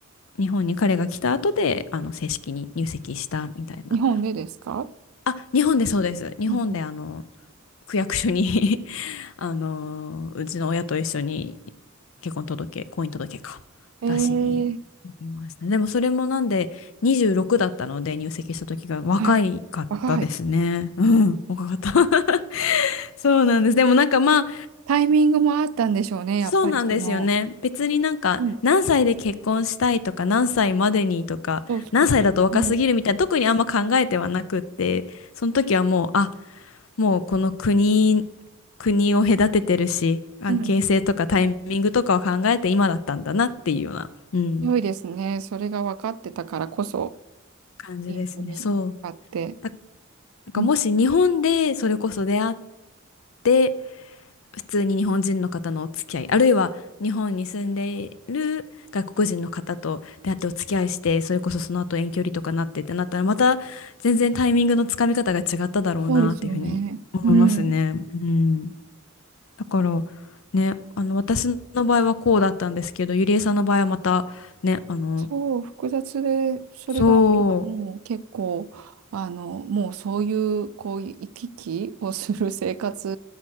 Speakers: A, on the left; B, on the right.
A: 日本に彼が来た後で、あの、正式に入籍したみたいな。
B: 日本でですか
A: あ、日本でそうです。日本であの、
B: うん。
A: 区役所に <laughs> あのーうちの親と一緒に結婚届、婚姻届か、
B: ええ
A: 出しに行きましたね。でもそれもなんで26だったので入籍した時が若いかったですね。
B: はい。若い。
A: うん、若かった <laughs> そうなんです。でもなんかまあ、
B: タイミングもあったんでしょうね、やっぱりその、
A: そうなんですよね。別になんか何歳で結婚したいとか何歳までにとか何歳だと若すぎるみたいな特にあんま考えてはなくってその時はもうあ
B: うん、そうそう、うん、
A: もうこの国、国を隔ててるし関係性とかタイミングとかを考えて今だったんだなっていうような、
B: うん、
A: うん、
B: 良いですね。それが分かってたからこそ、
A: 感じですね。
B: いいふうにあって、
A: そう。だなんかもし日本でそれこそ出会っ
B: うん、
A: て普通に日本人の方のお付き合い、あるいは日本に住んでいる外国人の方と出会ってお付き合いして、それこそその後遠距離とかなってってなったら、また全然タイミングのつかみ方が違っただろうなっていうふうに思いますね。
B: そうですよね。うん、
A: うん。だから、ね、あの、私の場合はこうだったんですけど、ゆりえさんの場合はまた、ね、あの、
B: そう、複雑で、それが今もう結構、
A: そ
B: あの、もうそういう、こういう行き来をする生活